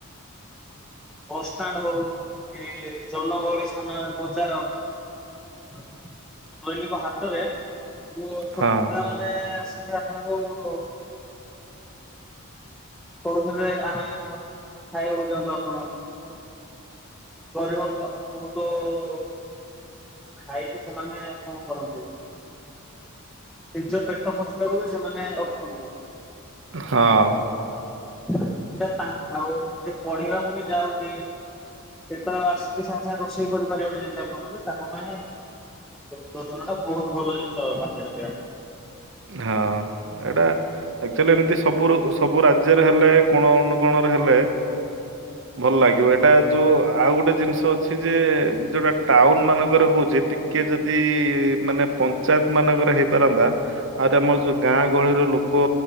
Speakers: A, in the centre; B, on the right (about 55°).
A: ବସ ଷ୍ଟାଣ୍ଡ ହଉ କି ଜନଗହଳି ସ୍ଥାନ ବଜାର ଦୈନିକ ହାଟରେ ଛୋଟ
B: ହଁ
A: ପିଲାମାନେ ଆସିଲେ ଆପଣଙ୍କୁ କହୁରେ ଆମେ ଖାଇବାକୁ ଦିଅନ୍ତୁ ଆପଣଙ୍କୁ। କରିବାକୁ <unintelligible> ଖାଇକି ସେମାନେ ଆଉ କଣ କରନ୍ତି? ନିଜ ପେଟ ପୋଷିବାକୁ ବି ସେମାନେ ଅକ୍ଷମ।
B: ହଁ
A: ସେଟା ସେ ପଢିବାକୁ ବି ଯାଉଛି। ସେଟା ଆସିକି ସାଙ୍ଗେ ସାଙ୍ଗେ ରୋଷେଇ କରିପାରିବନି ଯେମତି ଆପଣ କଲେ ତାଙ୍କ ମାନେ ବହୁତ ଭଲ ଜିନିଷ <unintelligible>
B: ହଁ ଏଇଟା ଆକ୍ଚୁଆଲି ଏମିତି ସବୁ ସବୁ ରାଜ୍ୟରେ ହେଲେ କୋଣ ଅନୁକୋଣ ହେଲେ ଭଲ ଲାଗିବ ଏଇଟା ଯୋଉଁ ଆଉ ଗୋଟେ ଜିନିଷ ଅଛି ଯେ ଯୋଉଁଟା ଟାଉନ ମାନଙ୍କରେ ହଉଛି କିଏ ଯଦି ମାନେ ପଞ୍ଚାୟତ ମାନଙ୍କରେ ହେଇପାରନ୍ତା ଆହୁରି ଆମର ଯୋଉ ଗାଁ ଗହଳିର ଲୋକ